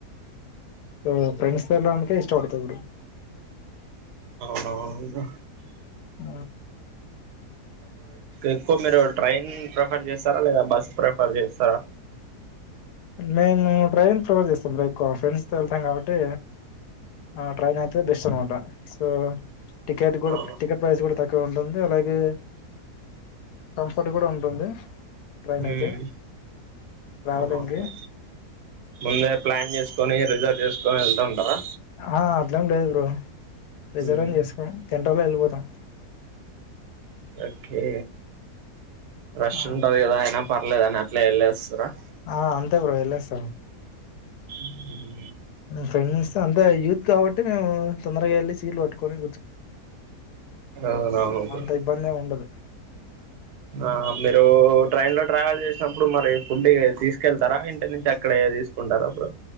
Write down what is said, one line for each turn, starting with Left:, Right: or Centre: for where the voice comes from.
Left: సో ఫ్రెండ్స్ ఎలాడానికే ఇష్టపడతదిడి
Right: అవునవునుంరా
Left: ఆ
Right: ఎక్కువ మీరు ట్రైన్ ప్రిఫర్ చేస్తారా లేదా బస్ ప్రిఫర్ చేస్తారా
Left: నేను ట్రైన్ ప్రిఫర్ చేస్తా బ్రో ఫ్రెండ్స్ తో వెళ్తాం కాబట్టి ఆ ట్రైన్ అయితే బెస్ట్ అనమాట సో టికెట్ కూడా
Right: ఆ
Left: టికెట్ ప్రైస్ కూడా తక్కువ ఉంది ఉంటుంది అలాగే కంఫర్ట్ కూడా ఉంటుంది ట్రైన్
Right: మ్మ్
Left: అయితే ట్రావెలింగ్
Right: అవునవును
Left: కి
Right: ముందే ప్లాన్ చేసుకొని రిజర్వ్ చేసుకొని వెళ్తా ఉంటారా
Left: ఆ అట్లెం లేదు బ్రో రిజర్వం
Right: మ్మ్
Left: ఏం చేసుకో ఎల్లిపోతాం
Right: ఓకే రష్
Left: ఆ
Right: ఉంటది కదా అయినా పర్లేదు అని అట్లే ఎల్లేస్తాం
Left: ఆ అంతే బ్రో ఎల్లెస్తాారు
Right: <inaudible>
Left: ఫ్రెండ్స్ అంత యూత్ కాబట్టి మేము తొందరగా వెళ్ళ సీట్లూ పట్టుకోని
Right: అవునవును బ్రో
Left: అంత ఇబ్బంది ఏమి ఉండదు
Right: ఆ మీరు ట్రైన్ లో ట్రావెల్ చేసి అప్పుడు మరి ఫుడ్ తీసుకెళ్తారా ఇంటి నుంచి అక్కడే తీసుకుంటారా బ్రో